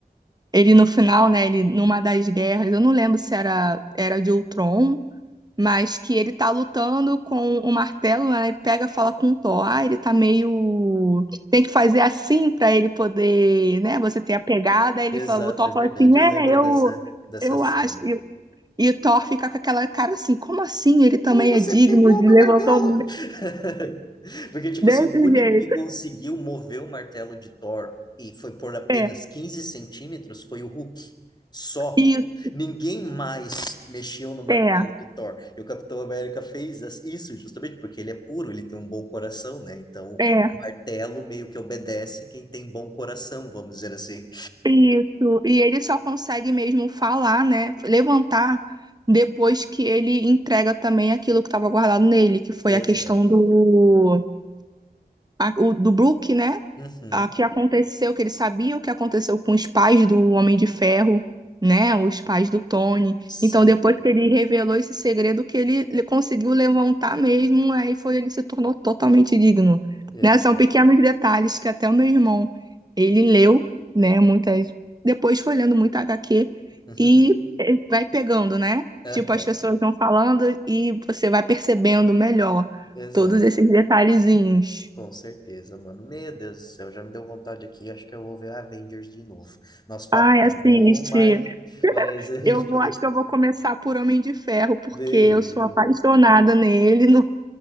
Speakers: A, on the right; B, on the left.
A: ele no final, né, ele numa das guerras, eu não lembro se era era de Ultron mas que ele tá lutando com o martelo, né? Ele pega, e fala com o Thor, ah, ele tá meio tem que fazer assim pra ele poder, né? Você ter a pegada. Ele
B: exato,
A: fala, o Thor
B: é verdade.
A: fala assim,
B: Eu
A: é,
B: lembro
A: eu
B: dessa, dessa
A: eu
B: cena.
A: acho. E, e o Thor fica com aquela cara assim, como assim? Ele também
B: Como você
A: é digno
B: pegou
A: de
B: meu
A: levantar
B: martelo?
A: um-
B: <laughs> Porque, tipo
A: desse
B: assim, o único
A: jeito.
B: que conseguiu mover o martelo de Thor e foi por apenas
A: É,
B: 15 centímetros foi o Hulk. Só.
A: isso.
B: Ninguém mais mexeu no martelo
A: É,
B: de Thor. E o Capitão América fez as- isso justamente porque ele é puro, ele tem um bom coração, né? Então, o
A: é.
B: martelo meio que obedece quem tem bom coração, vamos dizer assim.
A: Isso, e ele só consegue mesmo falar, né, levantar depois que ele entrega também aquilo que estava guardado nele, que foi
B: Exato.
A: a questão do a- o do Brook, né?
B: Uhum.
A: A que aconteceu, que ele sabia o que aconteceu com os pais do Homem de Ferro, né? Os pais do Tony.
B: Sim.
A: Então, depois que ele revelou esse segredo, que ele le- conseguiu levantar mesmo, aí foi, ele se tornou totalmente digno.
B: Exato.
A: Né? São pequenos detalhes que até o meu irmão, ele leu, né? Muitas. Depois foi lendo muita HQ
B: Uhum.
A: e eh, vai pegando, né?
B: Aham.
A: Tipo, as pessoas vão falando e você vai percebendo melhor
B: Exato.
A: todos esses detalhezinhos.
B: Com certeza, mano. Meu Deus do céu, já me deu vontade aqui. Acho que eu vou ver Avengers de novo. Nosso papo
A: Ai,
B: tá
A: assiste.
B: bom, Mari, mas a gente...
A: Eu vou,
B: <laughs>
A: acho que eu vou começar por Homem de Ferro, porque
B: Beleza.
A: eu sou apaixonada nele, no,